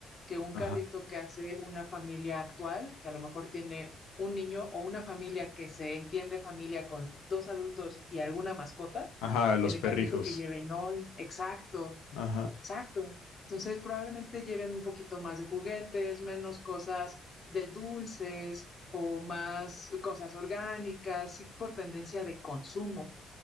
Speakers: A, on the left (about 40°); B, on the left (about 70°).
A: que un
B: Ajá.
A: carrito que hace una familia actual, que a lo mejor tiene un niño o una familia que se entiende familia con dos adultos y alguna mascota,
B: Ajá, los
A: en el
B: perrijos.
A: carrito que lleven hoy. Exacto,
B: Ajá.
A: exacto. Entonces, probablemente lleven un poquito más de juguetes, menos cosas de dulces o más cosas orgánicas, sí, por tendencia de consumo.